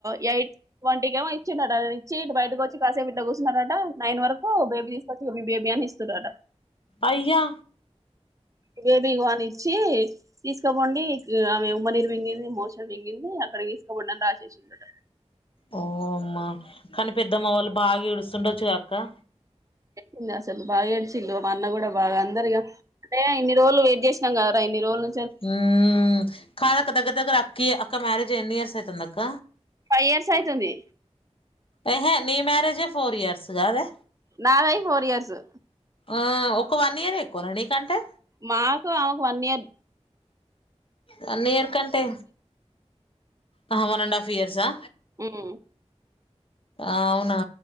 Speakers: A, on the right; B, on the left.
A: యైట్ వంటికి ఏమో ఇచ్చిండట, అ ఇచ్చ ఇటు బయటకి వచ్చి కాసేపు ఇట్లా కూర్సున్నరట, నైన్ వరకు బేబీ తీస్ కొచ్చి ఇగో మీ బేబి అనీ ఇస్తురట
B: అయ్యో
A: బేబి ఇగో అని ఇచ్చి తీసుకోపోండి, ఇ ఆమె ఉమ్మనీరు మింగింది, మోషన్ మింగింది, అక్కడకి తీసుకోపొండి అని రాసేసిన్రట.
B: ఓ అమ్మా, కనీ పెద్దమ్మ వాళ్ళు బాగా ఏడుస్తుండోచ్చు కదా అక్కా.
A: ఇగ అసల్ బాగా ఏడ్చింది, ఇగ మా అన్న కూడా బాగా అందరిగా టె ఇన్ని రోజులు వెయిట్ చేసినం కదా, ఇన్ని రోజులు
B: ఉమ్ కాదు అక్క, దగ్గర దగ్గర అక్కి అక్క మ్యారేజ్ ఎన్ని ఇయర్స్ అయితుంది అక్క?
A: ఫైవ్ ఇయర్స్ అయితుంది.
B: అహే నీ మ్యారేజే ఫోర్ ఇయర్స్ గాదే
A: నాదై ఫోర్ ఇయర్సు.
B: ఆ ఒక వన్ ఇయరే ఎక్కువన నీ కంటే
A: మాకు ఆమెకు వన్ ఇయర్
B: వన్ ఇయర్ కంటే, అహ వన్ అండ్ హాఫ్ ఇయర్సా?
A: ఉమ్
B: ఆవునా